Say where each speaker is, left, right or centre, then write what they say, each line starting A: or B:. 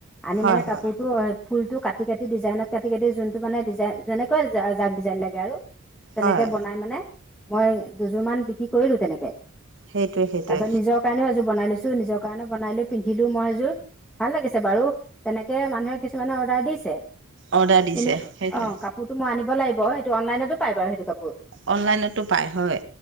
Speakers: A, in the centre; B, on the right.
A: আনি
B: হয়
A: মানে
B: হয়
A: কাপোৰটো ফুলটো কাটি -কাটি ডিজাইনত কাটি -কাটি যোনটো মানে ডিজাইন যেনেকুৱা যাক ডিজাইন লাগে আৰু তেনেকে
B: হয়
A: বনাই মানে মই দুযোৰ মান বিক্ৰী কৰিলো তেনেকে
B: সেইটোৱে সেইটোৱে
A: তাৰ পিছত নিজৰ কাৰণেও এযোৰ বনাই লৈছো। এযোৰ নিজৰ কাৰণে বনাই লৈ পিন্ধিলো মই এযোৰ ভাল লাগিছে বাৰু। তেনেকে মানুহে কিছুমানে অৰ্ডাৰ দিছে
B: অৰ্ডাৰ দিছে
A: কিন্তু
B: সেইটোৱে
A: অহ কাপোৰতো মই আনিব লাগিব সেইটো অনলাইনতো পাই বাৰু সেইটো কাপো
B: অনলাইনতো পায় হয়।